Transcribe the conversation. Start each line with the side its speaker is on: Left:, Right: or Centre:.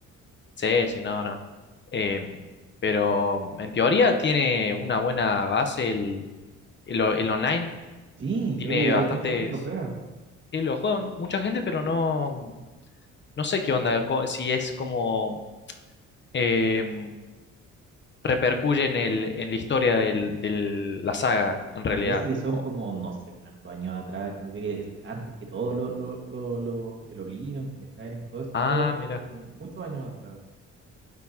Left: sí, si no, no. Em, pero mm, en teoría tiene una buena base el, el, o- el online,
Right: Sí,
Left: tiene
Right: creo que
Left: bastantes,
Right: hay mucha gente lo juega.
Left: eh, lo juegan mucha gente, pero no, mm, no sé qué onda, co- si es como em, repercuye en el, en la historia del, del- la saga, en realidad.
Right: Me parece que son
Left: O-
Right: como no sé cuántos años atrás, creo que es antes que todo lo, lo, lo, lo- el Oblivion, que el Skyrim, que todos estos
Left: ah,
Right: juegos,
Left: mira,
Right: es como muchos años antes.